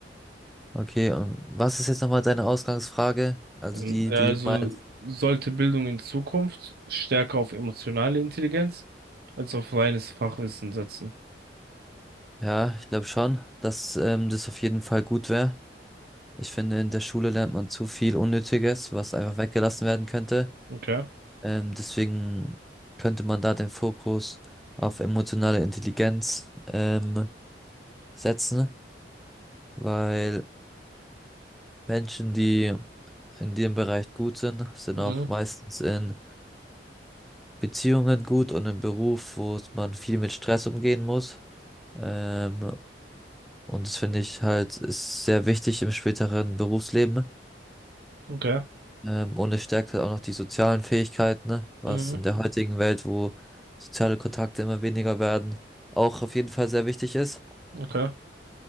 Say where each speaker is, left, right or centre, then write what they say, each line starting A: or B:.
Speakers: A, in the centre; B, on the right (about 60°).
A: Okay, und was ist jetzt nochmal deine Ausgangsfrage? Also
B: Ähm,
A: die,
B: ja,
A: die
B: also
A: du meinst.
B: sollte Bildung in Zukunft stärker auf emotionale Intelligenz als auf reines Fachwissen setzen.
A: Ja, ich glaube schon, dass ähm, das auf jeden Fall gut wäre. Ich finde, in der Schule lernt man zu viel Unnötiges, was einfach weggelassen werden könnte.
B: Okay.
A: Ähm, deswegen könnte man da den Fokus auf emotionale Intelligenz ähm, setzen, weil Menschen, die in dem Bereich gut sind, sind
B: Mhm.
A: auch meistens in Beziehungen gut und im Beruf, wo es- man viel mit Stress umgehen muss. Ähm, und das finde ich halt ist sehr wichtig im späteren Berufsleben.
B: Okay.
A: Ähm, und es stärkt halt auch noch die sozialen Fähigkeiten, ne? was
B: Mhm.
A: in der heutigen Welt, wo soziale Kontakte immer weniger werden, auch auf jeden Fall sehr wichtig ist.
B: Okay.